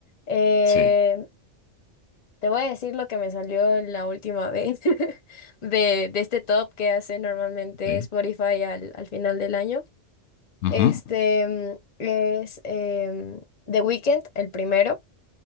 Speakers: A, on the left; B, on the left.
A: eh,
B: Sí.
A: te voy a decir lo que me salió la última vez <laughs> de, de este top que hace normalmente
B: Ok.
A: Spotify al, al final del año.
B: Ujú.
A: Este mm, es em, The Weeknd, el primero.